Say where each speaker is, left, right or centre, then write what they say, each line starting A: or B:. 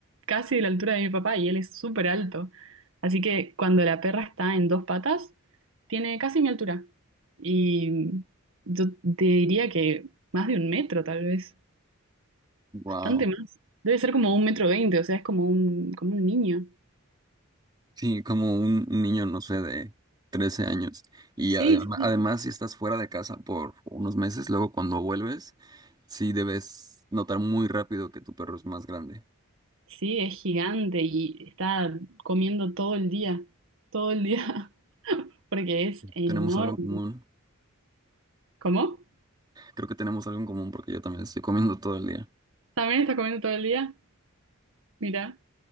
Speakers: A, on the right (about 65°); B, on the right (about 20°).
A: casi de la altura de mi papá y él es súper alto. Así que cuando la perra está en dos patas, tiene casi mi altura. Y yo te diría que más de un metro, tal vez,
B: Wow.
A: bastante más. Debe ser como un metro veinte, o sea, es como un, como un niño.
B: Sí, como un, un niño, no sé, de 13 años. Y
A: Sí,
B: adem-
A: sí.
B: además, si estás fuera de casa por unos meses, luego cuando vuelves, sí debes notar muy rápido que tu perro es más grande.
A: Sí, es gigante y está comiendo todo el día, todo el día. porque es enorme.
B: Tenemos algo en común.
A: ¿Cómo?
B: Creo que tenemos algo en común porque yo también estoy comiendo todo el día.
A: ¿También estás comiendo todo el día? Mira.